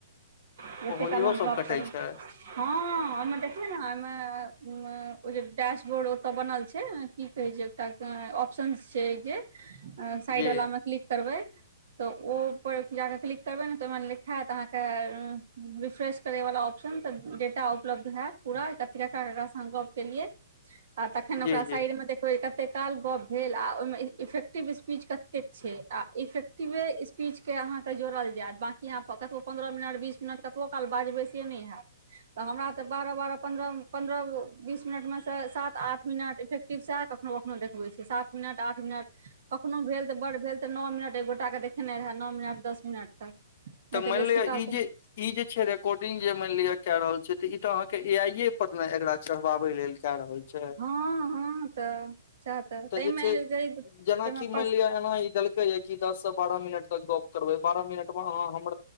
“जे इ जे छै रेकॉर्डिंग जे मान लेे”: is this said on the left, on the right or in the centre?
Left